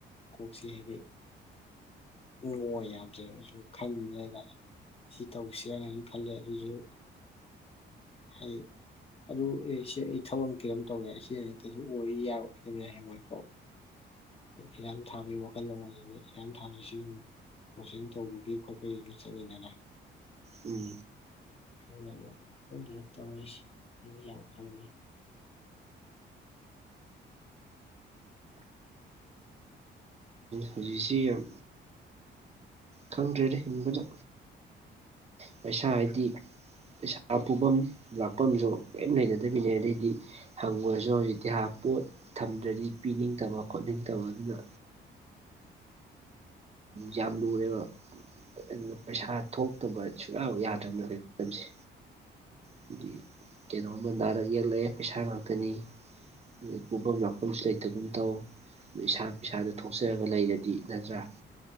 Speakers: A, on the left; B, on the right.
A: ꯀꯣꯛꯁꯤ ꯍꯥꯏꯗꯤ ꯅ ꯌꯥꯗ꯭ꯔꯦꯕ ꯁꯨꯝ ꯈꯟꯕꯅꯦ ꯍꯥꯏꯇꯥꯔꯦ ꯁꯤ ꯇꯧꯁꯤꯔꯥꯥꯏꯅ ꯈꯜꯂꯦ ꯑꯗꯨꯁꯨ ꯍꯥꯏ ꯑꯗꯨ ꯑꯦ ꯁꯤ ꯑꯩ ꯊꯕꯛ ꯀꯔꯝ ꯇꯧꯒ ꯁꯤ ꯀꯩ ꯑꯣꯏ ꯌꯥꯔꯗꯕ ꯌꯥꯏ ꯃꯣꯏ ꯏꯔꯥꯡ ꯊꯥꯕꯒꯤ ꯋꯥꯈꯜꯗ ꯑꯃ ꯂꯩꯅꯤ ꯏꯔꯥꯡ ꯊꯥꯕꯁꯤ ꯑꯃꯨꯛ ꯀꯣꯆꯤꯡ ꯇꯧꯕꯒꯤ ꯈꯣꯠꯄꯒꯤ ꯃꯤ ꯆꯪꯉꯤꯗꯅ
B: ꯎꯝ
A: ꯍꯅ ꯑꯃꯨꯛ ꯀꯟꯒ ꯇꯧꯔꯤꯁꯦ ꯑꯩꯁ ꯌꯥꯝ ꯈꯪꯉꯦ
B: ꯍꯧꯖꯤꯛꯁꯤ ꯌꯥꯝ ꯈꯪꯗ꯭ꯔꯦꯅ ꯍꯤꯡꯕꯗ ꯄꯩꯁꯥ ꯍꯥꯏꯗꯤ ꯄꯩꯁꯥ ꯄꯨꯐꯝ ꯂꯥꯛꯐꯝꯁꯨ ꯀꯔꯤꯝ ꯂꯩꯅꯗꯕꯤꯅꯦ ꯑꯗꯩꯗꯤ ꯍꯪꯉꯨꯔꯁꯨ ꯍꯧꯖꯤꯛꯇꯤ ꯄꯣꯠ ꯊꯝꯗ꯭ꯔꯗꯤ ꯄꯤꯅꯤꯡꯗꯕ ꯈꯣꯠꯅꯤꯡꯗꯕ ꯑꯗꯨꯅ ꯌꯥꯝ ꯂꯨꯔꯦꯕ ꯑꯗꯨ ꯄꯩꯁꯥ ꯊꯣꯛꯇꯕ ꯁꯨꯡꯌꯥ ꯌꯥꯗ꯭ꯔꯕꯅꯦ ꯍꯧꯖꯤꯣꯏ ꯃꯇꯝꯁꯦ ꯍꯥꯏꯗꯤ ꯀꯩꯅꯣꯝꯃ ꯅꯥꯔꯛ ꯌꯦꯛꯂꯛꯑꯦ ꯄꯩꯁꯥ ꯉꯥꯛꯇꯅꯤ ꯑꯗꯩ ꯄꯨꯐꯝ ꯂꯥꯛꯐꯝꯁꯨ ꯂꯩꯇꯒꯨꯝ ꯇꯧ ꯑꯗꯨ ꯏꯁꯥ ꯄꯩꯁꯥꯗ ꯊꯣꯛꯆꯔꯒ ꯂꯩꯔꯗꯤ ꯅꯠꯇ꯭ꯔꯥ